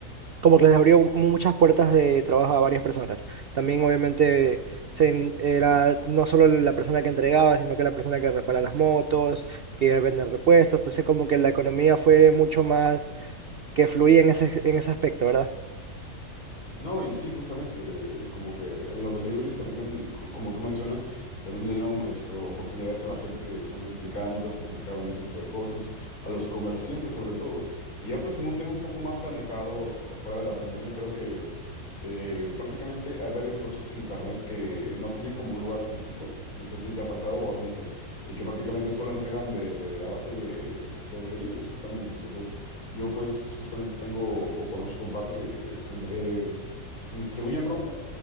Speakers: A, on the right (about 65°); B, on the left (about 75°).
A: como que les abrió muchas puertas de trabajo a varias personas. También obviamente se en- era no solo la persona que entregaba, sino que la persona que repara las motos, que vende repuestos, entonces como que la economía fue mucho más que fluía en ese, en ese aspecto, ¿verdad?
B: No, y sí, justamente, como que los deliveries también, han, ju- como tú mencionas, también le dieron esto, oportunidades a la gente que son mecánicos, que se encargaban de ese tipo de cosas, a los comerciantes sobre todo. Y ya pues en un tema un poco más alejado, o fuera de la pandemia, creo que eh, prácticamente hay varios negocios en internet que no tienen como un lugar físico, no sé si te ha pasado o has visto, y que prácticamente solo entregan de, a base de, de deliveries, justamente. Entonces... Yo pues justamente tengo o conozco un par que entre es- distribuyen ropa,